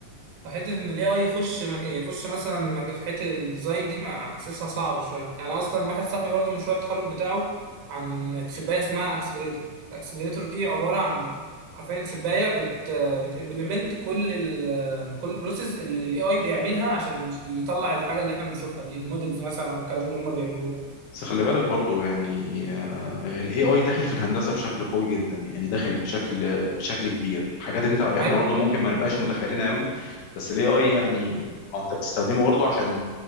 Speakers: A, on the right (about 80°); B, on the left (about 80°).
A: فحته ان الاي اي يخش مك... يخش مثلا مك... في حته الديزاين دي ما حاسسها صعبه شويه يعني اصلا واحد صاحبي برضه مشروع التخرج بتاعه عن تشبايه اسمها اكسلريتور الاكسلريتور دي عباره عن حرفيا تشبايه بت بتimplement كل ال... كل البروسيس اللي الاي اي بيعملها عشان يطلع الحاجه اللي احنا بنشوفها دي المودلز مثلا او الكلام اللي هم بيعملوه ده
B: بس خلي بالك برضو يعني آه، ال AI داخل في الهندسة بشكل قوي جدا يعني داخل بشكل بشكل كبير حاجات انت احنا
A: ايوه
B: برضو ممكن ما نبقاش متخيلين قوي بس ال AI يعني ما انت بتستخدمه برضو عشان